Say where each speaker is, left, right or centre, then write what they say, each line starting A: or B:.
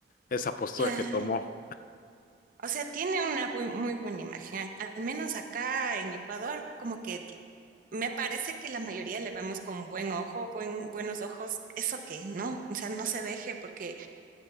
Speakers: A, on the left; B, on the right.
A: esa postura
B: Claro.
A: que tomó.
B: O sea, tiene una bu- muy buena imagen. Al al menos acá en Ecuador, como que me parece que la mayoría le vemos con buen ojo, buen, buenos ojos. Eso que no, o sea, no se deje porque